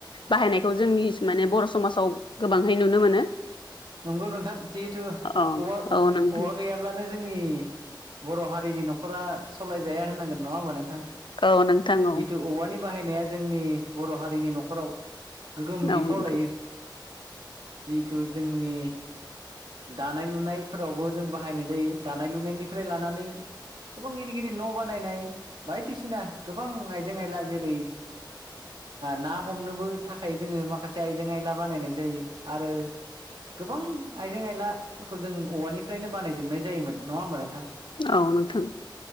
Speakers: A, on the left (about 80°); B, on the right (about 75°).
A: बाहायनायखौ जोंनि माने बर' समाजाव गोबांहै नुनो मोनो।
B: नंगौ नोंथां जिहेथु
A: औ
B: औवा
A: औ नोंथां
B: औवा गैया ब्लानो जोंनि बर' हारिनि न'खरा सलायजाया होननांगोन नङा होमबा नोंथां?
A: औ नोंथां औ
B: जितु औवानि बाहायनाया जोंनि बर' हारिनि न'खराव गोगोम
A: औ
B: बिफाव
A: नोंथां
B: लायो जिहेथु जोंनि दानाय लुनायफोरावबो जों बाहायनाय जायो दानाय लुनायनिफ्राय लानानै गोबां गिदिर गिदिर न' बानायनाय बायदिसिना गोबां आइजें आयला जेरै ना हमनोबो थाखाय जोङो माखासे आयजें आयला बानायनाय जायो आरो, गोबां आइजें आइलाफोरखौ जों औवानिफ्रायनो बानायजोबनाय जायोमोन नङा होमबा नोंथां?
A: औ नोंथां।